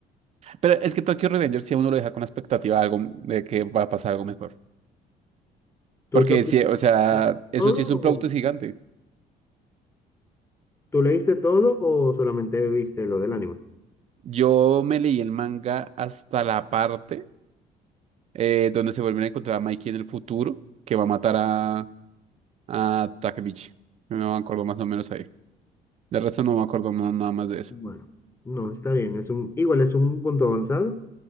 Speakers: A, on the right; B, on the left.
A: Pero es que Tokyo Revenger si a uno lo deja con la expectativa de algo de que va a pasar algo mejor.
B: ¿Tú
A: Porque
B: también
A: sí, o sea,
B: leíste
A: eso
B: todo?
A: sí es un
B: o-
A: plauto gigante.
B: ¿Tú leíste todo o solamente viste lo del anime?
A: Yo me leí el manga hasta la parte. eh, donde se vuelven a encontrar a Mikey en el futuro, que va a matar a, a Takemichi. No me acuerdo más o menos ahí. De resto no me acuerdo no- nada más de eso.
B: Bueno, no, está bien, es un, igual es un punto avanzado.